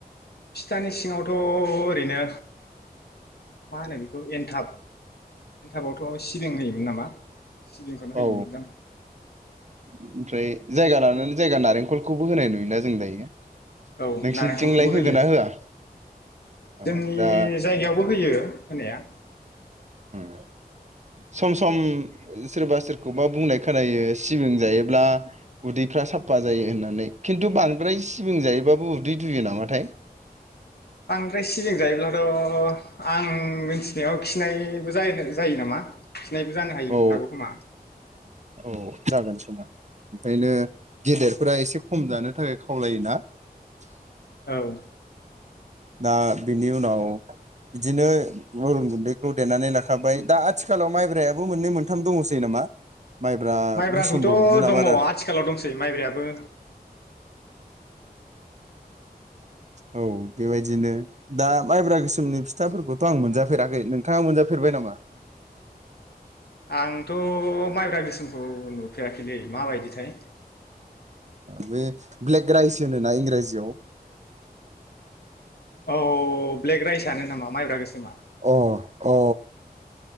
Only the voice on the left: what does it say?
फिथानि सिङावथ' ओरैनो मा होनो बेखौ एनथाब एनथाबावथ' सिबिं होयोमोन नामा? सिबिंखौनो
होयोमोन दां।
औ
नारेंखलखौबो
होयो
जोंनि
जायगायावबो होयो। होनाया
बांद्राय सिबिं जायोब्लाथ' आं मिथिनायाव खिनायबो जायो नामा? खिनायबो जानो हायो
हागौ खोमा ।
औ
माइब्राखौथ'
दङ
आथिखालाव दंसै माइब्रायाबो
आंथ' माइब्रा गोसोम गोसोमखौ नुफेराखैलै माबायदिथाय
औ ब्लेक राइसआ नामा माइब्रा गोसोमा